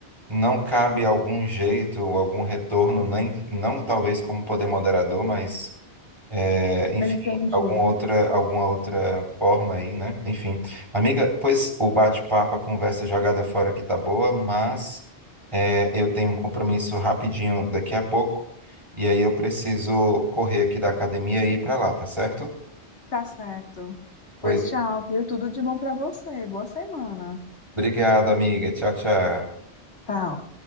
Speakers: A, on the right (about 25°); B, on the left (about 75°).
A: não cabe algum jeito, algum retorno, nem não talvez como poder moderador, mas é, enfim,
B: Entendi.
A: alguma outra, alguma outra forma aí, né? Enfim, amiga, pois o bate-papo, a conversa jogada fora aqui tá boa, mas é, eu tenho um compromisso rapidinho daqui a pouco e aí eu preciso correr aqui da academia e ir para lá, tá certo?
B: Tá certo.
A: Pois,
B: Pois tchau, viu? Tudo de bom pra você. Boa semana.
A: obrigado, amiga. Tchau, tchau.
B: Tchau.